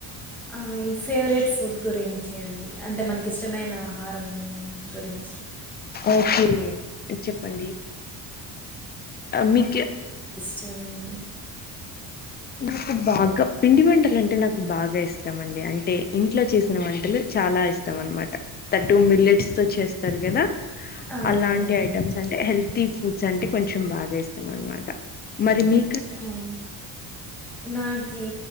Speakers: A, in the centre; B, on the left (about 25°).
A: ఆ, ఈ ఫేవరెట్ ఫుడ్ గురించి అండి అంటే మనక్ ఇష్టమైన ఆహారం గురించి
B: ఓకే చెప్పండి మీకె
A: చామండి
B: నాకు బాగా పిండి వంటలంటే నాకు బాగా ఇష్టం అండి అం టే ఇంట్లో చేసిన వంటలు చాలా ఇష్టం అన్మాట తటూ మిల్లెట్స్తో చేస్తారు కదా
A: ఆ,
B: అలాంటి
A: అవునండి
B: ఐటమ్స్ అంటే హెల్తీ ఫుడ్స్ అంటే కొంచం బా గా ఇష్టం అన్మాట మరి మీ
A: అవు నాకీ